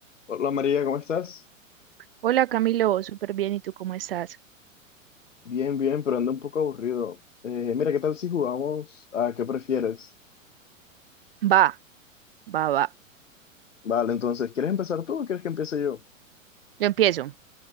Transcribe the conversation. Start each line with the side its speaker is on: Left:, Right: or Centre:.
Left: Hola María, ¿cómo estás?
Right: Hola Camilo, súper bien, ¿y tú cómo estás?
Left: Bien, bien, pero ando un poco aburrido. Eh, mira, ¿qué tal si jugamos a qué prefieres?
Right: Va, va, va.
Left: Vale, entonces, ¿quieres empezar tú o quieres que empiece yo?
Right: Yo empiezo.